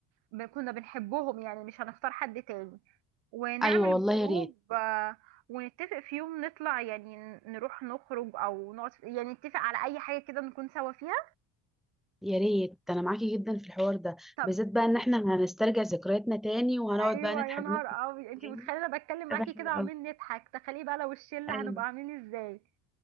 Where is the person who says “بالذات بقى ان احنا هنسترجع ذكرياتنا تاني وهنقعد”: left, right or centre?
Centre